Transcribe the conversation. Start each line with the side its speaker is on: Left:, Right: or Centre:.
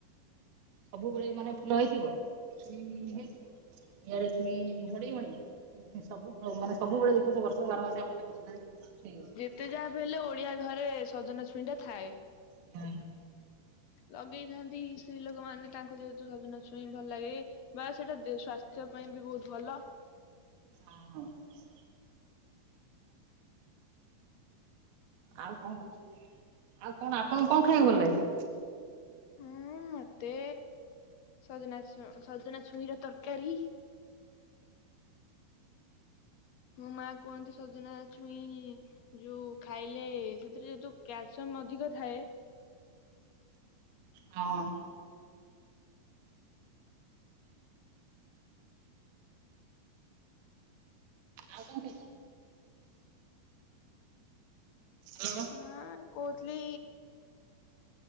Right: ସବୁବେଳେ ମାନେ ଫୁଲ ହେଇଥିବ ଇଆଡେ ଛୁଇଁ ଝଡିବଣି ସବୁ ମାନେ ସବୁବେଳେ ଦେଖିବ ବର୍ଷ ବାର ମଶୀ ଆମର ଦେଖ ସେ ଅଛି <unintelligible>
Left: ଏତେ ଯାହାବି ହେଲେ ଓଡିଆ ଘରେ ସଜନା ଛୁଇଁଟା ଥାଏ
Right: ହୁଁ!
Left: ଲଗେଇଥାନ୍ତି, ସ୍ତ୍ରୀ ଲୋକ ମାନେ ତାଙ୍କୁ ଯେହେତୁ ସଜନା ଛୁଇଁ ଭଲ ଲାଗେ ବା, ସେଟା ଦି ସ୍ୱାସ୍ଥ୍ୟ ପାଇଁ ବି ବହୁତ ଭଲ
Right: ହିଁ ହିଁ ଆଉ କଣ କହୁଛନ୍ତି? ଆଉ କଣ ଆପଣ ଙ୍କୁ ଖାଇବାକୁ ଭଲ ଲାଗେ?
Left: ହୁଁ ମତେ ସଜନା ଛୁ, ସଜନା ଛୁଇଁ ର ତରକାରୀ ମୋ ମାଁ କୁହନ୍ତି ସଜନା ଛୁଇଁ ଯୋଉ ଖାଇଲେ ସେଥିରେ ଯୋ କ୍ୟାଲସିୟମ ଅଧିକ ଥାଏ
Right: ହଁ! ଆଉ କଣ ଖାଇଛୁ? ଗଲବା
Left: ନା କହୁଥିଲି